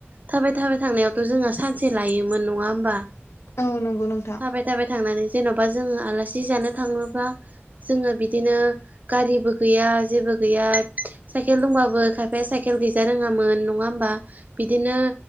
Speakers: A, on the right; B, on the left.
A: थाबाय थाबाय थांनायावथ' जोंहा सान सानसे लायोमोन नङा होमबा
B: औ नंगौ नोंथां
A: थाबाय जाबाय थांनानै जेन'बा जोङो आलासि जानो थाङोबा जोङो बिदिनो गारिबो गैया जेबो गैया साइकेल दंबाबो खायफाया साइकेल गैजा रोङामोन नङा बा बिदिनो